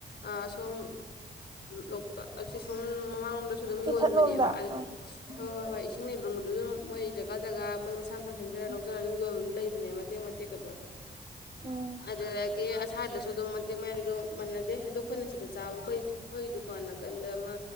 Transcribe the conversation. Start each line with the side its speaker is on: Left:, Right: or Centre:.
Left: ꯑꯥ ꯁꯣꯝ ꯂꯣꯛꯇꯥꯛ ꯑꯁꯤ ꯁꯣꯝ ꯃꯃꯥꯡ ꯂꯣꯝꯗꯁꯨ ꯑꯗꯨꯝ ꯌꯣꯟꯕꯅꯦꯕ
Right: ꯏꯊꯠꯂꯣꯝꯗ
Left: <unintelligible>
Right: ꯑꯥ ꯎꯝ
Left: ꯍꯣꯏ ꯍꯣꯏ ꯍꯣꯏ ꯏꯁꯤꯡ ꯂꯩꯕꯔꯣꯝꯗꯨꯒꯤ ꯃꯣꯏ ꯖꯒꯥ ꯖꯒꯥ ꯃꯣꯏ ꯃꯁꯥ ꯃꯁꯥ ꯁꯦꯝꯖꯔꯒ
Right: ꯎꯝ
Left: ꯂꯧꯖꯔꯒ ꯑꯗꯨꯝ ꯌꯣꯡꯁꯨ ꯂꯩꯕꯅꯦ ꯃꯇꯦꯛ ꯃꯇꯦꯛ ꯑꯗꯣ
Right: ꯎꯝ
Left: ꯑꯗꯨꯗꯥ ꯀꯤ ꯑꯁꯥꯏꯗꯁꯨ ꯑꯗꯨꯝ ꯃꯇꯦꯛ ꯃꯌꯥꯝꯁꯤꯗꯣ ꯃꯥꯟꯅꯗꯦ ꯑꯗꯣ ꯑꯩꯈꯣꯏꯅ ꯁꯤꯗ ꯆꯥꯕ ꯑꯩꯈꯣꯏ ꯑꯩꯈꯣꯏ ꯗꯨꯀꯥꯟ ꯅꯥꯀꯟꯗ ꯑꯃ